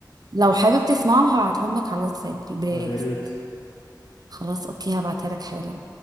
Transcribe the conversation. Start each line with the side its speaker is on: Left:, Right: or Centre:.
Right: لو حابب تسمعهم هبعتهم لك على الواتساب البلاي
Left: طب يا
Right: ليست
Left: ريت
Right: خلاص أوكي هبعتها لك حالا